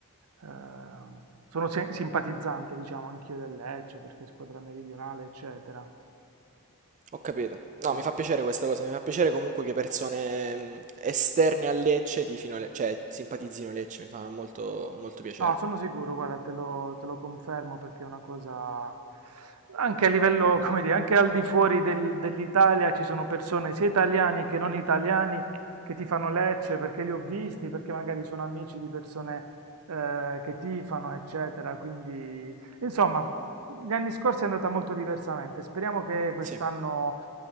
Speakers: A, on the right (about 70°); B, on the right (about 35°).
A: eh, sono si- simpatizzante, diciamo, anch'io del Lecce perché squadra meridionale, eccetera.
B: ho capito. No,
A: Sì.
B: mi fa piacere questa cosa, mi fa piacere comunque che persone mm, esterne a Lecce tifino, Le- cioè simpatizzino Lecce, mi fa molto, molto piacere.
A: No, sono sicuro, guarda, te lo, te lo confermo perché è una cosa, anche a livello, come dire, anche al di fuori del- dell'Italia ci sono persone, sia italiani che non italiani, che tifano Lecce perché li ho visti, perché magari sono amici di persone eh, che tifano, eccetera. Quindi, insomma, gli anni scorsi è andata molto diversamente. Speriamo che quest'anno,
B: Sì,